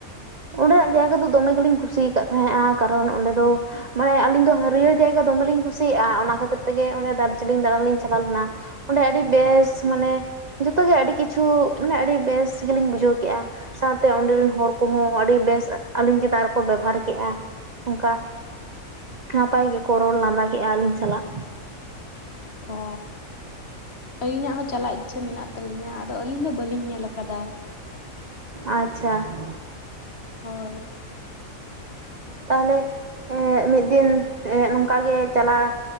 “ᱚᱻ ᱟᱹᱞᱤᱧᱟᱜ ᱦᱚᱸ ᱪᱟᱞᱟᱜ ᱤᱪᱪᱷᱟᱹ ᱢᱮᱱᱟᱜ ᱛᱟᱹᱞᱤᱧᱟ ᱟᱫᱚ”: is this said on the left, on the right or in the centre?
Left